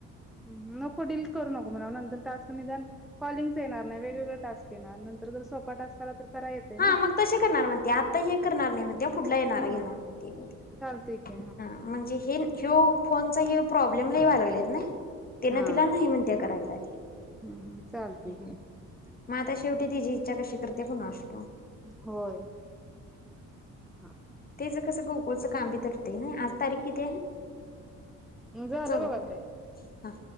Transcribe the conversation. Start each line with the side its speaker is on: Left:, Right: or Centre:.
Centre: ह नको डील करू नको म्हणाव नंतर टास्क निदान कॉलिंग येणार नाही वेगवेगळ टास्क येणार ना. तरी बर स्वतः टास्क आला तर. करा येते
Left: हा
Centre: ना
Left: मग तसे करणार म्हणते आता हे करणार नाही म्हणते पुढला येणारा
Centre: हम्म
Left: घेणार म्हणते मी ते.
Centre: चालतय की
Left: हा म्हणजे हे ह्यो फोनचा हे प्रॉब्लेम लय यायला लागलेत ना तेन
Centre: हा
Left: तिला नाही म्हणत्या करायलात.
Centre: हम्म हम्म चालतय
Left: मग
Centre: की
Left: आता शेवटी तिजी. आता कशी करते कुणास ठाऊक?
Centre: होय हा.
Left: ते कस गुगलचं कामबी करते ना आत. तारीख किती आहे
Centre: झालं
Left: चवदा.
Centre: बघा ताई